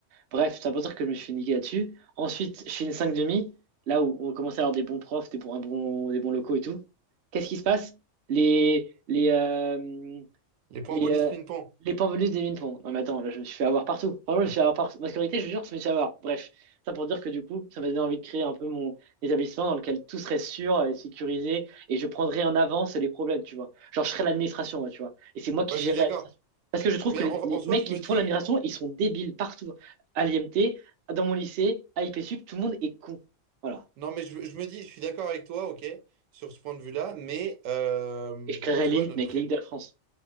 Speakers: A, on the right; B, on the right.
A: Bref, ça veut dire que je me suis fait niquer là-dessus. Ensuite, je fais une 5 demi, là où on commençait à avoir des bons profs, des bons, un bon- des bons locaux et tout. Qu'est-ce qui se passe? Les, les, euh,
B: Les points
A: les,
B: bonus
A: euh,
B: ping-pong.
A: les points bonus des mine-ponts. Non, mais attends, là, je me suis fait avoir partout. Vraiment, je me
B: Ah,
A: suis fait avoir partout. Ma scolarité, je vous jure, je me suis fait avoir. Bref, ça pour dire que du coup, ça m'a donné envie de créer un peu mon établissement dans lequel tout serait sûr et sécurisé et je prendrais en avance les problèmes, tu vois. Genre, je serais l'administration, moi, tu vois. Et c'est moi qui
B: Ouais,
A: gérerais
B: je suis d'accord.
A: l'administration. Parce que je trouve
B: Mais
A: que les,
B: en, en
A: les
B: soi,
A: mecs
B: je
A: qui
B: me
A: font
B: dis.
A: l'administration, ils sont débiles partout. À l'IMT, dans mon lycée, à I P Sup tout le monde est con. Voilà.
B: Non, mais je, je me dis, je suis d'accord avec toi, ok, sur ce point de vue-là, mais euh,
A: Et je créerais
B: tu
A: l'élite,
B: vois, notre
A: mec,
B: prépa.
A: l'élite de la France.